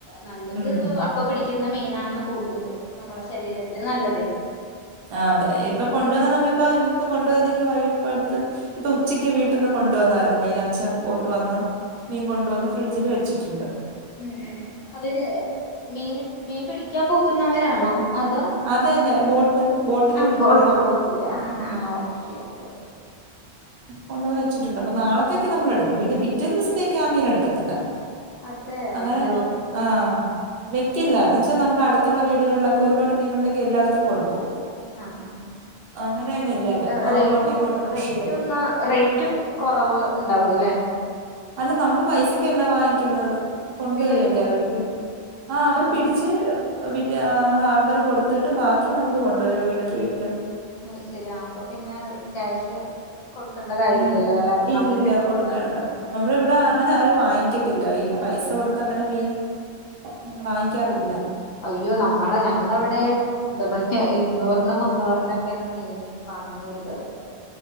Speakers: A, on the left; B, on the right.
A: നല്ലത്
B: ഉം
A: അപ്പ പിടിക്കുന്ന മീനാണ് കൂടുതല് നമ്മള ശരീരത്തിന് നല്ലതേ
B: ആഹ് അതെ ഇപ്പ കൊണ്ടുവന്ന നമ്മളിപ്പോ ഇപ്പോ കൊണ്ടുവരുന്നെങ്കി വൈ ഇപ്പടുത്ത് ഇപ്പൊ ഉച്ചക്ക് വീട്ടിൽന്ന് കൊണ്ട് വന്നായിരുന്നു മീൻ അച്ഛൻ ബോട്ട് വന്ന്
A: ഉം
B: മീൻ കൊണ്ടുവന്ന് ഫ്രിഡ്ജില് വെ ച്ചിട്ടുണ്ട്
A: ഉം ഉം അവര് മീന് മീൻ പിടിക്കാൻ പോകുന്നവരാണോ അതോ
B: അതെ അതെ ബോട്ട് ബോട്ടില്
A: ആഹ് ബോട്ട്
B: വെള്ളം
A: ബോട്ടില്ല ആഹ് ആഹ് ഓക്കെ ഓക്കെ
B: കൊണ്ടന്ന് വെച്ചിട്ടുണ്ട് അപ്പ നാളത്തേക്ക് നമ്മളെടുക്കും പിന്നെ പിറ്റേ ദിവസത്തേക്ക് ആഹ് മീൻ എടുക്കത്തില്ല
A: അതെ
B: അങ്ങനെ
A: അയ്യോ
B: ആഹ് വെക്കില്ല പക്ഷെ നമ്മുടെ അടുത്തുള്ള വീടുകളിലൊക്കെ ഒരു പാട് മീനുണ്ടെങ്കി എല്ലായിടത്തും കൊടുക്കും
A: ആഹ് ആഹ്
B: അങ്ങനെ തന്നെ എല്ലാരും
A: ഏഹ്
B: അങ്ങോട്ടും
A: റേറ്റും
B: ഇങ്ങോട്ടും ഒക്കെ
A: റേറ്റുംന്ന
B: ഷെയർ
A: റെയ്റ്റും കുറവ് ഇണ്ടാവൂ ല്ലെ
B: അല്ല നമ്മള് പൈസക്ക അല്ല വാ കിന്നത് കൊണ്ടുവരുവല്ലേ
A: ഫ്രീ ആയിട്ട്
B: അവർക്ക് ആഹ് അവർ
A: ആ
B: പിടിച്ച് വിറ്റ് ആഹ് ഹാർബറി കൊടുത്തിട്ട് ബാക്കി നമുക്ക് കൊണ്ടര വീട് വീട്ടില്
A: അയ് ശരിയാ അപ്പൊ പിന്നെ ക്യാഷ് കൊടുക്കേണ്ട കാര്യല്ലല്ലോ
B: ഉം
A: അല്ലെ
B: ഇല്ല
A: അവര് പിടിക്കുന്ന
B: കൊടുക്കണ്ട
A: കാരണം
B: നമ്മള ഇവിടെ
A: ആ
B: അങ്ങനെ ആരാ വാങ്ങിക ത്തില്ല ഈ പൈസ കൊടുത്ത് അങ്ങനെ മീൻ അങ്ങനെ
A: ഉം
B: വാങ്ങിക്കാറില്ല
A: അയ്യോ നമ്മളെ ഞങ്ങടെ ഇവിടെ പറയാ ഇരുന്നൂറിനും മുന്നൂറിനൊക്കെയാണ് മീൻ വാങ്ങുന്ന ഒരു ദിവസം